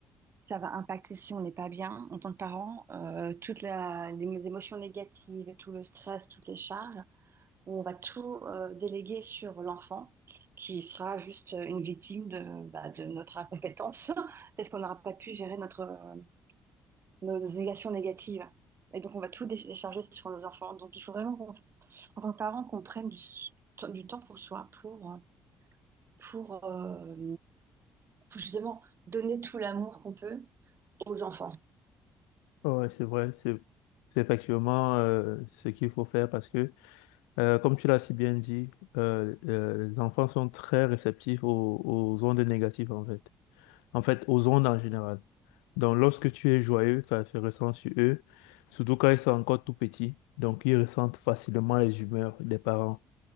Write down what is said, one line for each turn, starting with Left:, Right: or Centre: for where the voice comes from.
Right: ça va impacter si on n'est pas bien en tant que parent euh, toutes la- les émotions négatives, tout le stress, toutes les charges. où on va tout euh, déléguer sur l'enfant, qui sera juste euh, une victime de, bah, de notre incompétence, <laughs> parce qu'on n'aura pas pu gérer notre, euh, nos, nos négations négatives. Et donc, on va tout dé- décharger sur nos enfants. Donc, il faut vraiment, qu'on- en tant que parent, qu'on prenne du, s- du temps pour soi, pour, euh, pour, euh, pour justement donner tout l'amour qu'on peut aux enfants.
Left: ouais, c'est vrai, c'est c'est effectivement euh, ce qu'il faut faire parce que, euh, comme tu l'as si bien dit, euh, euh, les enfants sont très réceptifs aux, aux ondes négatives en fait, en fait aux ondes en général. Donc lorsque tu es joyeux, ça se ressent sur eux, surtout quand ils sont encore tout petits. Donc ils ressentent facilement les humeurs des parents.